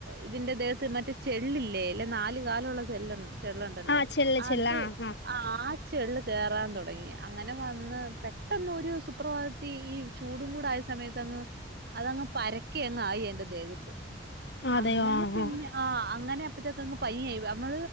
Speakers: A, on the right (about 60°); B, on the left (about 65°).
A: ഇതിന്റെ ദേഹത്ത് മറ്റെ ചെള്ള് ഇല്ലെ നാല് കാലുള്ള ചെല്ല് ചെ ഇണ്ടല്ലോ
B: ആഹ് ചെല്ല് ചെല്ല്
A: അത്
B: ആഹ് ആഹ്
A: അ ആ ചെള്ള് കെറാൻ തൊടങ്ങി അങ്ങനെ വന്ന് പെട്ടെന്ന് ഒരു സുപ്രഭാതത്തി ഈ ചൂടും കൂടെ ആയ സമയത്ത് അങ്ങ് അതങ്ങ് പരക്കെ അങ്ങ് ആയി എന്റെ ദേഹത്ത്
B: അതെയോ
A: അങ്ങനെ
B: ആഹ്
A: പിന്നെ
B: ആഹ്
A: ആ അങ്ങനെ പിറ്റെ ദിവസം ഇൻക്ക് പയിയായി നമ്മൾ